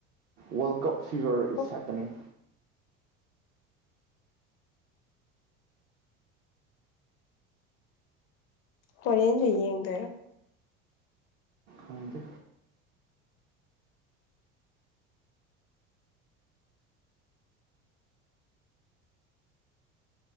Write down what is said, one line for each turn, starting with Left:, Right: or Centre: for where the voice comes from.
Right: world cup fever
Left: ꯑꯣ
Right: ꯏꯁ ꯍꯦꯞꯄꯅꯤꯡ
Left: ꯍꯣꯔꯦꯅꯖꯌꯦ ꯌꯦꯡꯗꯔ
Right: ꯍꯗꯤ